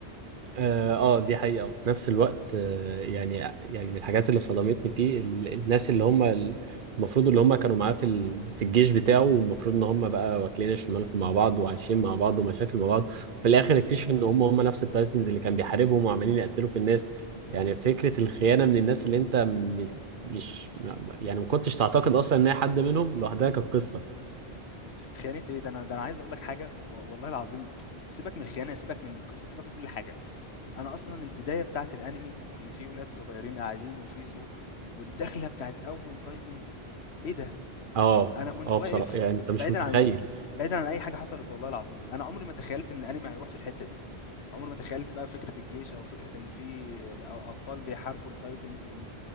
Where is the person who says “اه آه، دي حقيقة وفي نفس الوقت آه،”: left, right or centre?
Right